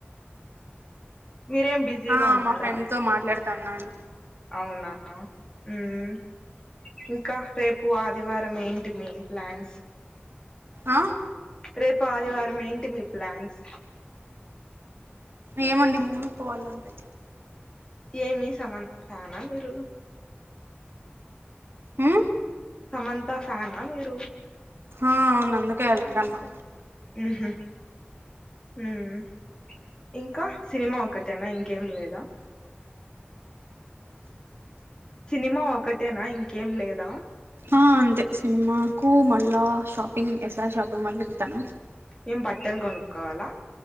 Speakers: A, on the left; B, on the right.
A: మీరేం బిజీగా
B: ఆ
A: ఉన్నారా
B: మా ఫ్రెండ్ తో మాట్లాడుతా ఉన్నాను
A: అవునా ఉమ్ ఇంకా రేపు ఆదివారం ఏంటి మీ ప్లాన్స్
B: ఆ
A: రేపు ఆదివారం ఏంటి మీ ప్లాన్స్
B: ఏమండి మూవీ పోవాలంటే
A: ఏమి సమంత ఫ్యాన్ ఆ మీరు
B: ఉ
A: సమంత ఫ్యానా మీరు
B: ఆ అవును అందుకే వెళ్తన్నా
A: ఉహు ఉమ్ ఇంకా సినిమా ఒకటేనా ఇంకేం లేదా సినిమా ఒకటేనా ఇంకేం లేదా
B: ఆ అంతే సినిమాకు మల్లా షాపిింగ్ ఎస్ఆర్ షాపింగ్ మాల్ కి వెళ్తాను
A: ఏం బట్టలు కొనుక్కోవాలా